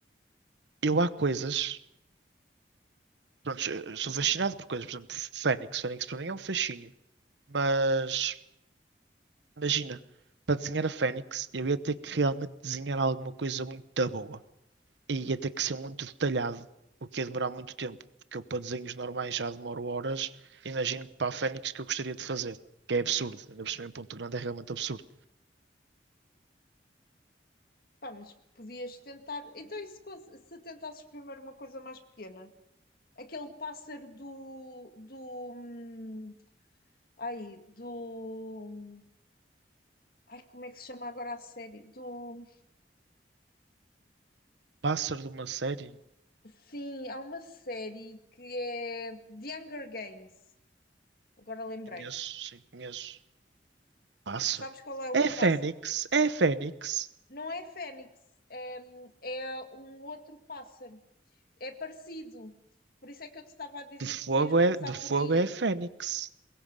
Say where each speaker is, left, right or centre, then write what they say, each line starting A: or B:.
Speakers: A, on the right; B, on the left.
A: eu há coisas. Pronto, eu sou fascinado por coisas, por exemplo, Fênix. Fênix para mim é um fascínio. Mas imagina, para desenhar a Fênix, eu ia ter que realmente desenhar alguma coisa muito boa. e ia ter que ser muito detalhado, o que ia demorar muito tempo, porque eu para desenhos normais já demoro horas, imagino para a Fênix que eu gostaria de fazer, que é absurdo, ainda por cima em Ponto Grande é realmente absurdo.
B: Pá, mas podias tentar. Então, e se, cons- se tentasses primeiro uma coisa mais pequena? Aquele pássaro do, do, hum, ai, do, ai, como é que se chama agora a série? Do,
A: Pássaro de uma série?
B: sim, há uma série que é The Hunger Games. Agora lembrei-me.
A: Conheço, sim, conheço. Pássaro?
B: Sabes qual é o
A: É Fênix,
B: pássaro?
A: é Fênix.
B: Não é fênix, é, é um outro pássaro. É parecido. Por isso é que eu te estava a dizer
A: De fogo
B: que podias começar
A: é, de fogo
B: por aí.
A: é Fênix.